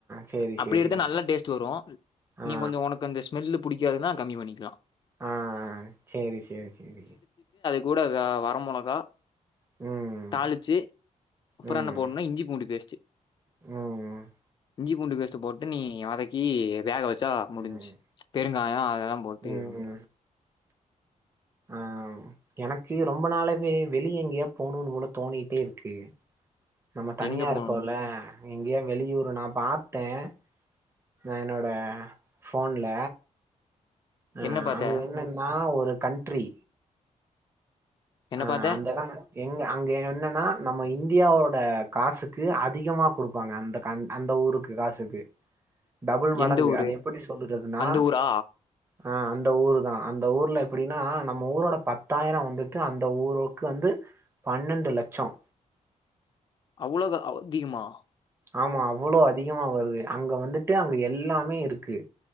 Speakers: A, on the right; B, on the left.
A: சேரி
B: அப்படி
A: சேரி
B: எடுத்த நல்லா டேஸ்ட் வரும்
A: ஆ
B: நீ கொஞ்சம் உனக்கு அந்த ஸ்மெல்லு புடிக் காதுனா கம்மி பண்ணிக்கலாம்
A: ஆ சேரி சேரி சேரி
B: கூடகா வரமுளகா
A: ம்
B: தாளிச்சி அப்புறம்
A: ம்
B: என்ன போடும்னா இஞ்சி பூண்டு பேஸ்டு
A: ம்
B: இஞ்சி பூண்டு பேஸ்டு போட்டு நீ வதக்கி வேக வச் சா முடிஞ்சு
A: ம்
B: பெருங்காயம் அதெல்லாம் போட்டு
A: ம்
B: இது பண்ணிக்கலாம்
A: ஆ எனக்கு ரொம்ப நாளவே வெளிய எங்கேயா போணும்னு போல தோணிட்டே இருக்கு நம்ம தனியா
B: எங்க போணுனு
A: இருக்கோல எங்கேயா வெளியூர் நான் பாத்தேன் நான் என்னோட போன்ல ஆ
B: என்ன பாத்த
A: அங்க என்னன்னா ஒரு ஒரு கன்ட்ரி
B: என்ன
A: ஆ
B: பாத்த
A: அந்தெடம் எங்க அங்க என்னன்னா நம்ம இந்தியாவோட காசுக்கு அதிகமா கொடுப்பாங்க அந்த கண் அந்த ஊருக்கு காசுக்கு டபுள் மடங்கு
B: எந்த ஊரு
A: அது எப்படி சொல்றதுன்னா
B: அந்த ஊரா
A: ஆ அந்த ஊரு தான் அந்த ஊர்ல எப்படின்னா நம்ம ஊரோட பத்தாயிரம் வந்து அந்த ஊருக்கு வந்து பன்னெண்டு லட்சம்
B: அவ்வளோகு <unintelligible> அதிகமா
A: ஆமா அவ்ளோ அதிகமா வருது அங்க வந்துட்டு அங்க எல்லாமே இருக்கு